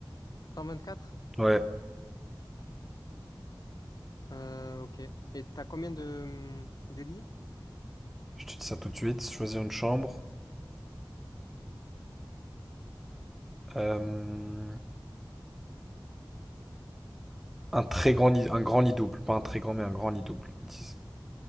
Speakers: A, on the left; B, in the centre.
A: 124?
B: Ouais,
A: Euh, ok. Et t'as combien de, de lits?
B: je te dis ça tout de suite. Choisir une chambre. Euh, Un très grand lit, un grand lit double. Pas un très grand, mais un grand lit double. Ils disent.